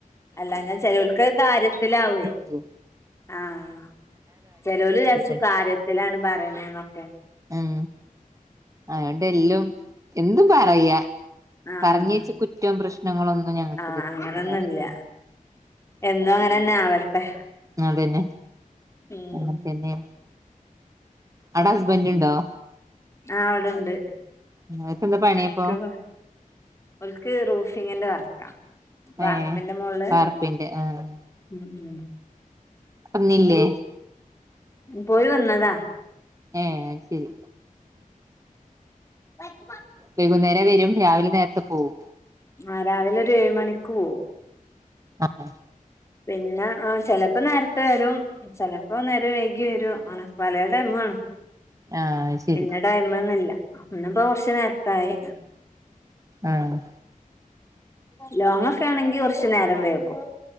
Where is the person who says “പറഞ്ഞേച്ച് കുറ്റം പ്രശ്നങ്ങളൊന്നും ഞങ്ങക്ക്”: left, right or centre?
Right